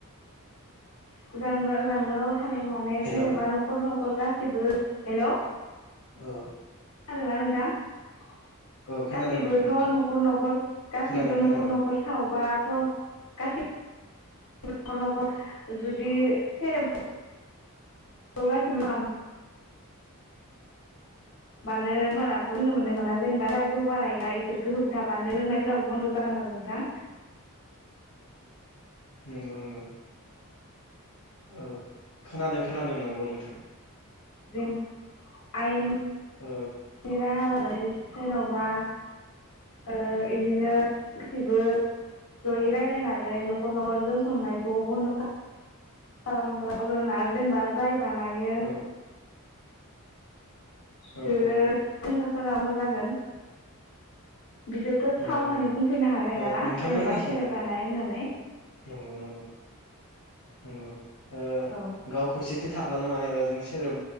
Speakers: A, on the left; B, on the left.
A: गानबा गान। <unintelligible> थाबाय माने
B: हेलौ
A: जेनेबा न'खर न हर गासिबो हेलौ।
B: ओ।
A: खोनादोंना नोंथां।
B: खोनादों
A: गासिबोथ
B: नोंथां
A: नखर नखर गासिबो
B: खोनादों खोनादों
A: नखर नखर सावबाथ गासिब नखर नखर जुदि सेरेब। <unintelligible> मानो बाराथ होननो मोननाय नामा जेनेबा <unintelligible> इसोरखो होबथाबानो लोंनायफोराबो बन्द जागोन आरो नोंथां।
B: नंगौ नंगौ। औ खोनादों खोनादों नंगौ नोंथां।
A: जिन आयेन
B: ओ
A: निराहारा। जेनबा ओ इदिनो गासिबो जयै रायलायनानै नखर नखर जौ संनायखौ बन्द खालाम <unintelligible> जेनेबा जाय। बानायो।
B: औ
A: बिसोरो
B: औ औ
A: <unintelligible> <unintelligible> जागोन। बिसोरथ
B: नंगौ
A: साव होननानै
B: नंगौ
A: बुंफैनो हानाय नङाना
B: ओ नोंथांमोननिखि
A: जेन'बा सेरेब बानाय होननानै। औ <inaudible>
B: नंगौ नंगौ नंगौ। ओ
A: औ
B: गाव खौसेथि था अब्लानो माने ओ ज सेरेब